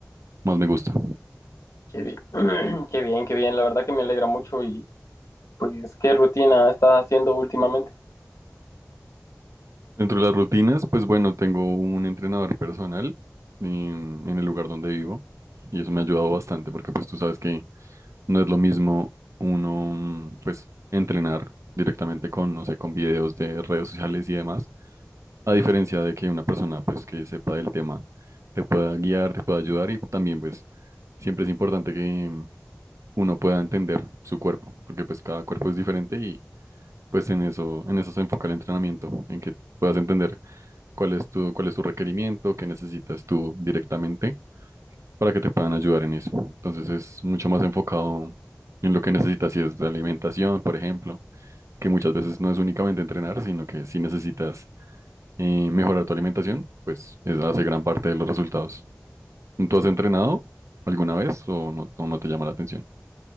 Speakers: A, on the right; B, on the left.
A: más me gusta.
B: Qué bien. <clears throat> Qué bien, qué bien. La verdad que me alegra mucho y pues qué rutina estás haciendo últimamente.
A: Dentro de las rutinas, pues bueno, tengo un entrenador personal en, en el lugar donde vivo y eso me ha ayudado bastante porque pues tú sabes que no es lo mismo uno mm, pues entrenar directamente con, no sé, con videos de redes sociales y demás, a diferencia de que una persona pues que sepa del tema te pueda guiar, te pueda ayudar y también pues siempre es importante que, uno pueda entender su cuerpo, porque pues cada cuerpo es diferente y pues en eso, en eso se enfoca el entrenamiento, en que puedas entender cuál es tu, cuál es tu requerimiento, qué necesitas tú directamente para que te puedan ayudar en eso. Entonces es mucho más enfocado en lo que necesitas, si es de alimentación, por ejemplo, que muchas veces no es únicamente entrenar, sino que si necesitas eh, mejorar tu alimentación, pues es- hace gran parte de los resultados. ¿Tú has entrenado alguna vez o no, o no te llama la atención?